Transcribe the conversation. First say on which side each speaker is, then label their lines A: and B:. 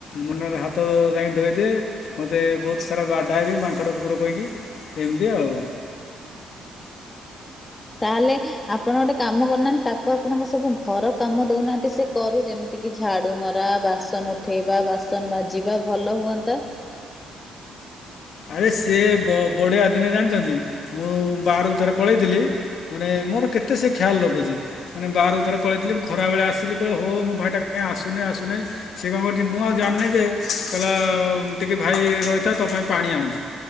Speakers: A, on the left; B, on the left.
A: ମୁନରେ ହାତ ଯାଇ କି ଧୋଇଦିଏ ମୋତେ ବହୁତ ସାରା ବାଡାଏ ବି ମାଙ୍କଡ଼ କୁକୁର କହିକି। ଏମିତି ଆଉ।
B: ତାହେଲେ ଆପଣ ଟେ କାମ କରୁନା ତାକୁ ଆପଣଙ୍କ ସବୁ ଘର କାମ ଦେଉନାହାନ୍ତି ସେ କରୁ ଯେମିତି କିି ଝାଡୁ ମରା ବାସନ ଉଠେଇବା ବାସନ ମାଜିବା ଭଲ ହୁଅନ୍ତା।
A: ଆରେ ସିଏ ବ ବଢିଆ ଦିନେ ଜାଣିଚନ୍ତି ମୁଁ ବାରକୁ ଥରେ ପଳେଇଥିଲି ମାନେ ମୋର କେତେ ସେ ଖ୍ୟାଲ ରଖୁଛି। ମାନେ ବାରକୁ ଥରେ ପଳେଇଥିଲି ମୁଁ ଖରାବେଳେ ଆସଲି ଓହୋ ମୋ ଭାଇଟା କିଆଁ ଆସୁନି ଆସୁନି ସେ କଣ କରୁଛି ମୁଁ ଆଉ ଜାଣିନି ଯେ କହିଲା ଟିକେ ଭାଇ ରହିଥାଏ ତୋ ପାଇଁ ପାଣି ଆଣୁଚି।